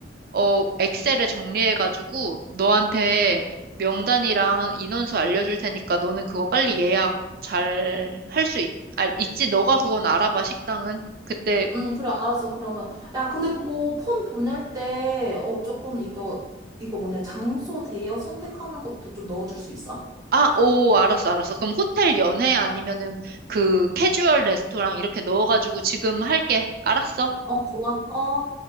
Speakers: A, on the right (about 55°); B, on the right (about 20°).
A: 어, 엑셀에 정리해가지고, 너한테 명단이랑 인원수 알려줄 테니까 너는 그거 빨리 예약 잘 할 수 있, 아, 있지? 너가 그건 알아봐, 식당은. 그때
B: 응, 그래, 알았어. 그러면. 야, 근데 그거 폰 보낼 때, 어, 조금 이거, 이거 뭐냐, 장소 대여 선택하는 것도 좀 넣어줄 수 있어?
A: 아, 오, 알았어, 알았어. 그럼 호텔 연회 아니면은 그 캐주얼 레스토랑 이렇게 넣어가지고 지금 할게. 알았어.
B: 어, 좋아. 어.